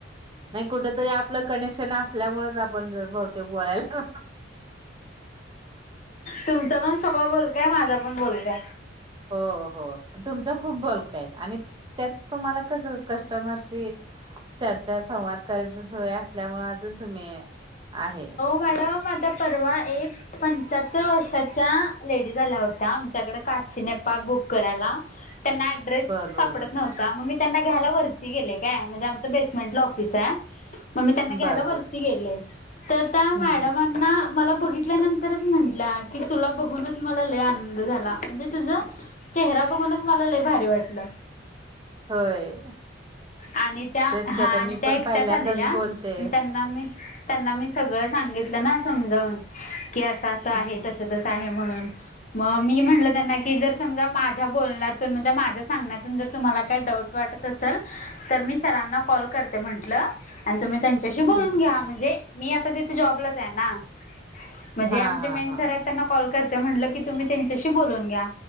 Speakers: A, on the right; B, on the left.
A: नाही कुठं तरी आपण आपलं कनेक्शन असल्यामुळेच आपण ज बहुतेक बोलायला.
B: तुमचा पण स्वभाव बोलका हाय, माझा पण बोलका हाय
A: हो हो तुमचा खूप बोलका हाय आणि त्यात तुम्हाला कस कस्टमरशी चर्चा संवाद करायचा सवय अस असल्यामुळे अजून तुम्ही आहे
B: वाडा म आता परवा एक पंच्याहत्तर वर्षाच्या लेडीज आल्या होत्या आमच्याकड काशी, नेपाळ बुक करायला त्यनां ड्रेस
A: बर बर
B: सापडत
A: बर
B: नव्हता म मी त्यांना घ्यायला वरती गेले काय, म्हणजे आमचं बेसमेंटला ऑफिस हाय त्यांना घ्याला
A: बर
B: वरती
A: बर
B: गेले, तर त्या मॅडमांना
A: हम्म हम्म
B: मला बघितल्यानंतरच म्हंटल्या, की तुला बघूनच मला लय आनंद झाला म्हणजे तुझा चेहरा बघूनच मला लय भारी वाटलं.
A: होय
B: आणि त्या,
A: तेच
B: हा
A: की आता
B: आणि
A: मी
B: त्या
A: पण
B: एकट्याच
A: पहिल्यांदाच
B: आलेल्या
A: बोलते हम्म
B: त्यांना मी, त्यांना मी सगळं सांगितलं ना समजावून, की असं असं आहे
A: हम्म हम्म
B: तसं तसं आहे म्हणून मग मी म्हटलं त्यांना की जर समजा माझ्या बोलण्यातून म्हणजे माझ्या सांगण्यातून जर तुम्हाला काय डाऊट वाटत असल तर मी सरांना कॉल करते म्हंटलं आणि तुम्ही त्यांच्याशी बोलून
A: हम्म हम्म
B: घ्या म्हणजे मी आता तिथे जॉबलाच आहे ना, म्हणजे
A: हा
B: आमचे
A: हा
B: मेनसर
A: हा
B: आहेत त्येना कॉल करते म्हटलं की तुम्ही त्यांच्याशी बोलून घ्या,